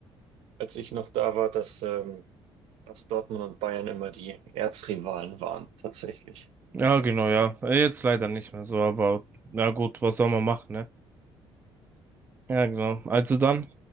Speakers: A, on the right; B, on the right.
A: als ich noch da war, dass, ähm, dass Dortmund und Bayern immer die Erzrivalen waren, tatsächlich.
B: Ja, genau, ja. Jetzt leider nicht mehr so, aber na gut, was soll man machen, ne? Ja, genau. Also dann.